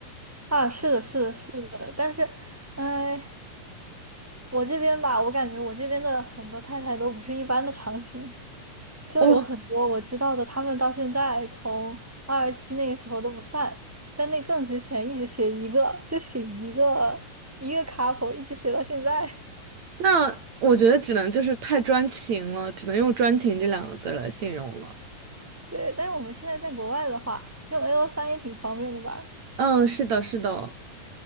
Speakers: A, in the centre; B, on the right (about 55°).
A: 啊，是的，是的，是的，但是，哎，我这边吧，我感觉我这边的很多太太都不是一般的长情，就有很多我知道的，
B: 哦，
A: 他们到现在从二十七那个时候都不算，但那更之前一直写一个，就写一个一个 couple，一直写到现在。
B: 那我觉得只能就是太专情了，只能用专情这两个字来形容了。
A: <laughs> 对，但是我们现在在国外的话，用 A O 三也挺方便的吧？
B: 嗯，是的，是的，